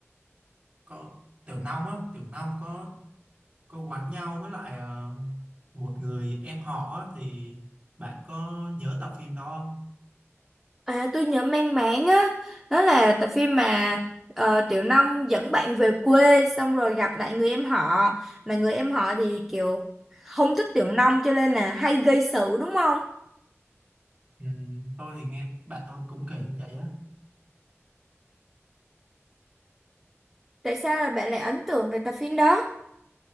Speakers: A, on the right; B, in the centre.
A: có Tiểu Long á Tiểu Long có có quán nhau với lại ờ, một người em họ á thì bạn có nhớ tập phim đó không?
B: À, tôi nhớ mang máng á, đó là tập phim mà ờ, Tiểu Long dẫn bạn về quê xong rồi gặp lại người em họ, mà người em họ thì kiểu không thích Tiểu Long cho nên là hay gây sự đúng không?
A: Ừ, tôi thì nghe bạn tôi cũng kể như vậy á
B: Tại sao là bạn lại ấn tượng về tập phim đó?